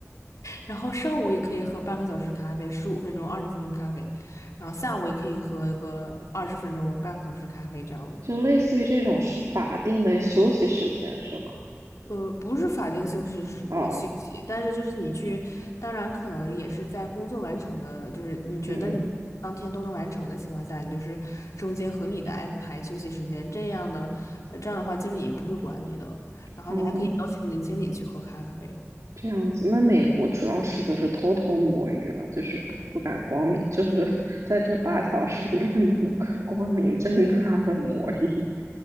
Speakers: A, on the left; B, on the right.
A: 然后上午也可以喝半个小时咖啡，十五分钟、二十分钟咖啡，然后下午也可以喝个二十分钟、半个小时咖啡这样子。
B: 就类似于这种是法定的休息时间是吗？
A: 呃，不是法定休息时呃休息，
B: 哦，哦，
A: 但是就是你去，当然可能也是在工作完成的，就是你觉得你当天都能完成的情况下，
B: 嗯
A: 你就是中间合理的安排休息时间，这样的，呃这样的话经理也不会管你的，然后你还可以邀请你的经理去喝咖啡。
B: 嗯，哦，这样子。那美国主要是就是偷偷摸鱼了，就是不不敢光明，就是 <laughs> 在这八小时里面不能够光明正大的摸鱼。